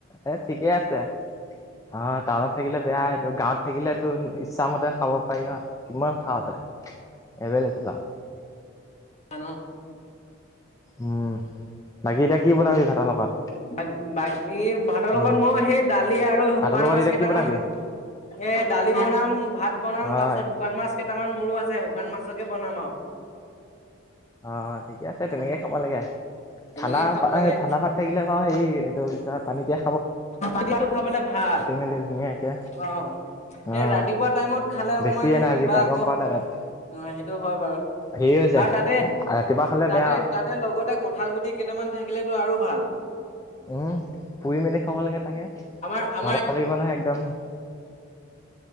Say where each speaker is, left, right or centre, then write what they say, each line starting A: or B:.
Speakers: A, on the left (about 15°); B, on the left (about 35°).
A: এই ঠিকেই আছে অঁ টাউনত থাকিলে বেয়া সেইটো গাঁৱত থাকিলেতোন ইচ্ছামতে খাব পাৰি ন কিমান খাওঁ তই এভেইলেবল আউ
B: আনো
A: উম বাকী এতিয়া কি বনাবি ভাতৰ লগত
B: বাক বাক এই ভাতৰ
A: উম
B: লগত মই সেই দালি আৰু শুকান
A: ভাতৰ লগত
B: মাছ
A: এতিয়া
B: কেইটামান
A: কি বনাবি
B: এ দালি বনাম ভাত বনাম
A: হয়
B: তাৰ পিছত শুকান মাছ কেইটামান মৰো আছে শুকান মাছকে বনাম আউ
A: অ ঠিকে আছে
B: আৰু
A: তেনেকে খাব লাগে
B: তেনেকেই
A: ঠাণ্ডা
B: খাব
A: পা
B: লাগে
A: এই ঠাণ্ডা ভাত থাকিলে বাউ হেই এইটো কি কয় পানীতিয়া
B: পানীয়াটো খাবলে ভাল
A: মেলি ধুনীয়াকে
B: অ
A: অ'
B: এই ৰাতিপুৱা টাইমত খালে অকমান
A: বেছি এনাৰ্জি
B: কিবা
A: পাই
B: আকৌ
A: গম পাৱ নাই তাত।
B: অ সেইটো হয় বাৰু
A: হেৰি হৈ যায়
B: আৰু তাতে তে
A: ৰাতিপুৱা খালে বেয়া
B: তাতে তাতে লগতে কঁঠাল গুটি কেইটামান থাকিলেটো আৰু ভাল
A: অ পুৰি মেলি খাব লাগে তাকে মজা
B: আমাৰ আমাৰ
A: লাগিব নহয় একদম